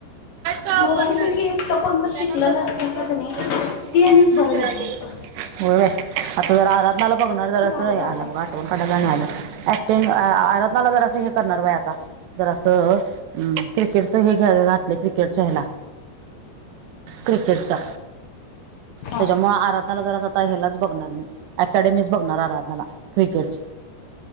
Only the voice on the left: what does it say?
दोघांपैकी
एक तर कोणतर शिकलेला
असतं
असं
का
नाही
ते एक
बरं झालं
असतं.
त्याने
भारी झालं
असतं.
हा.